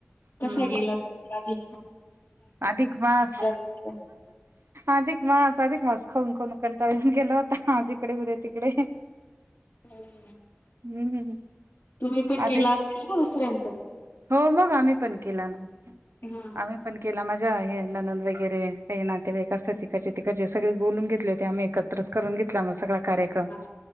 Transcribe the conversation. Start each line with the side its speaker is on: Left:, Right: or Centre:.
Left: कसा
Right: हम्म
Left: गेला तुमचा आधी
Right: अधिक मास
Left: भेटलं?
Right: अधिक मास अधिक मास खाऊन खाऊन कंटाळा येऊन गेला होता आज इकडे उदया तिकडे
Left: <unintelligible>
Right: हम्म
Left: तुम्ही पण
Right: अधिक
Left: गेला असेल ना उसरण <inaudible>
Right: हो मग आम्ही पण केला ना
Left: हा हा,
Right: आम्ही पण केला माझ हे ननंद वगैरे हे नातेवाईक असतते इकडचे तिकडेच सगळेच बोलून घेतले होते आम्ही एकत्रच करून घेतला मास सगळा कार्यक्रम
Left: हा.